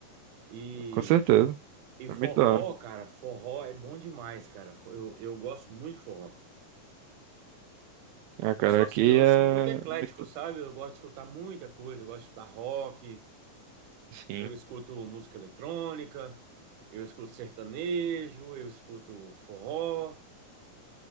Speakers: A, on the right; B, on the right.
A: E,
B: com certeza,
A: e
B: é
A: forró,
B: muito da hora.
A: cara, forró é bom demais, cara. Fo- Eu, eu gosto muito de forró.
B: Ah, cara,
A: Eu sou
B: aqui
A: assim, eu
B: é
A: sou muito eclético,
B: muito.
A: sabe? Eu gosto de escutar muita coisa. Eu gosto de escutar rock,
B: Sim.
A: eu escuto música eletrônica, eu escuto sertanejo, eu escuto forró.